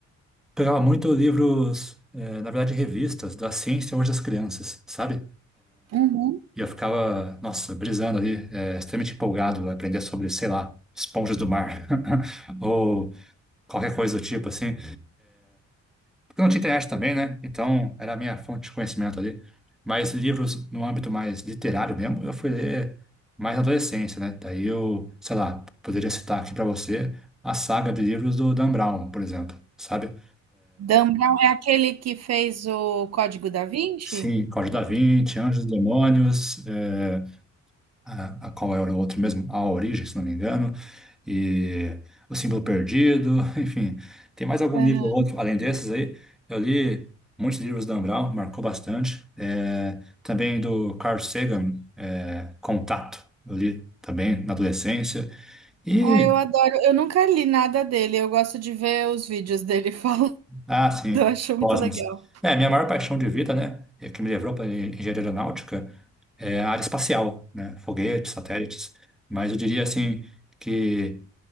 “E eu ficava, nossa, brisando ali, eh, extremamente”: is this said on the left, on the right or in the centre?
Centre